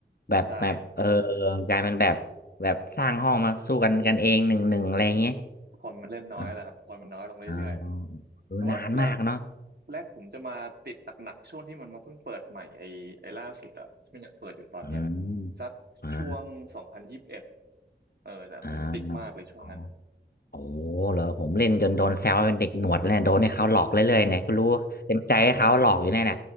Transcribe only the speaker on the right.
ใช่
คนมันเล่นน้อยแหละครับคนมันน้อยลงเรื่อยๆแหละ
แต่ว่าแรกแรกผมจะมาติดหนักๆช่วงที่มันมาเพิ่งเปิดใหม่ไอ้ไอ้ล่าสุดอะที่มันยังเปิดอยู่ตอนเนี้ย
สักช่วงสองพันยี่สิบเอ็ด
เออนะผมติดมากเลยช่วงนั้น